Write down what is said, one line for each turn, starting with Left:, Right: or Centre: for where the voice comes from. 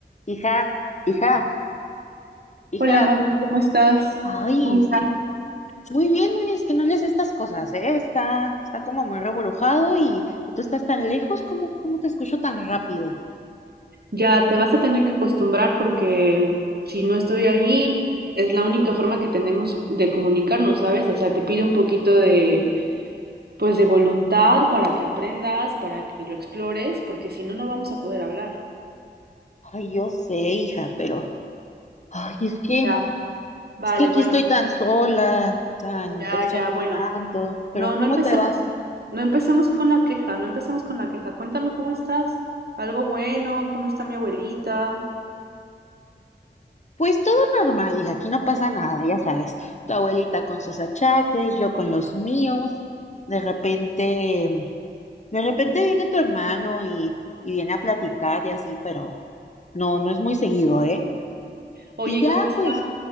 Left: Hija, hija, hija.
Right: Hola, mami, ¿cómo estás?
Left: Ay,
Right: ¿Cómo estás?
Left: es que muy bien, muy bien, es que no lees estas cosas, ¿eh? Está, está como muy reburujado y, y tú estás tan lejos, ¿cómo, cómo te escucho tan rápido?
Right: Ya te vas a tener que acostumbrar porque si no estoy ahí, es la única forma que tenemos de comunicarnos, ¿sabes? O sea, te pido un poquito de, pues, de voluntad para que aprendas, para que lo explores, porque si no, no vamos a poder hablar.
Left: Ay, yo sé, hija, pero ay, es que,
Right: Ya, vale,
Left: es que aquí
Right: bueno,
Left: estoy tan sola, tan,
Right: ya,
Left: te extraño
Right: ya, bueno.
Left: tanto, pero
Right: No,
Left: ¿cómo
Right: no empecemos,
Left: te vas?
Right: no empecemos con la queja, no empecemos con la queja. Cuéntame cómo estás. ¿Algo bueno? ¿Cómo está mi abuelita?
Left: Pues todo normal, hija, aquí no pasa nada, ya sabes. Tu abuelita con sus achaques, yo con los míos. De repente. De repente viene tu hermano y, y viene a platicar y así, pero no, no es muy seguido, ¿eh?
Right: Oye,
Left: Y
Right: ¿y
Left: ya,
Right: ¿cómo está?
Left: pues,